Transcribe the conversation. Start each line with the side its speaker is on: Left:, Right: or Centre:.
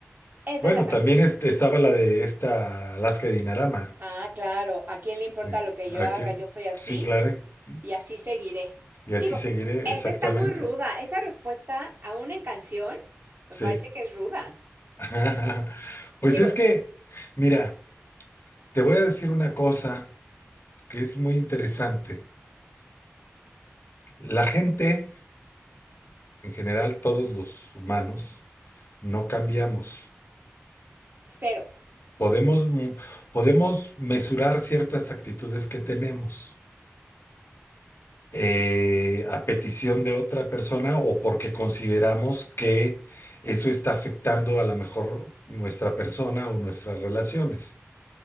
Right: esa
Left: Bueno,
Right: es la canción.
Left: también este- estaba la de esta Alaska Dinarama.
Right: Ah, claro, ¿a quién le importa
Left: de
Right: lo que
Left: aquel.
Right: yo haga? Yo soy así,
Left: Sí, claro. Y,
Right: y así seguiré.
Left: así
Right: Digo,
Left: seguiré,
Right: esa
Left: exactamente.
Right: está muy ruda. Esa respuesta, aún en canción, me
Left: Sí.
Right: parece que es ruda.
Left: <laughs> Pues
Right: Digo,
Left: es que, mira, te voy a decir una cosa que es muy interesante. La gente, en general, todos los humanos, no cambiamos.
Right: cero.
Left: Podemos, mm, podemos mesurar ciertas actitudes que tenemos. eh, a petición de otra persona o porque consideramos que eso está afectando a lo mejor nuestra persona o nuestras relaciones.